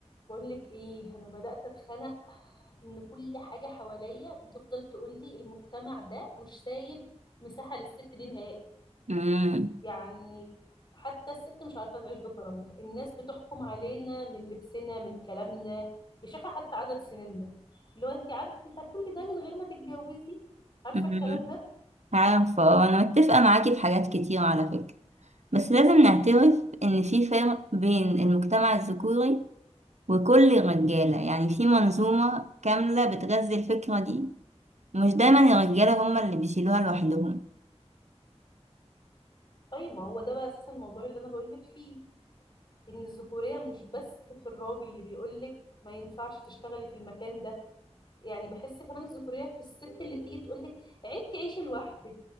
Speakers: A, on the left; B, on the right.
A: بقول لك ايه انا بدأت اتخنق ان كل حاجة حواليا بتفضل تقول لي المجتمع ده مش سايب مساحة للست دي نهائي
B: امم
A: يعني حتى الست مش عارفة تعيش بكرامتها الناس بتحكم علينا من لبسنا من كلامنا يا شيخة حتى عدد سنيننا لو انت عدت كل ده من غير ما تتجوزي عارفة
B: امم
A: الكلام ده
B: عارفة آه، أنا متفقة معاكي في حاجات كتير على فكرة بس لازم نعترف إن في فرق بين المجتمع الذكوري وكل الرجالة يعني في منظومة كاملة بتغذي الفكرة دي مش دايما الرجالة هما اللي بيشيلوها لوحدهم
A: طيب ما هو ده بقى اساس الموضوع اللي انا بقول لك فيه ان الذكورية مش بس في الراجل اللي بيقول لك ما ينفعش تشتغلي في المكان ده يعني بحس كمان الذكورية في الست اللي تيجي تقول لك عيب تعيشي لوحدك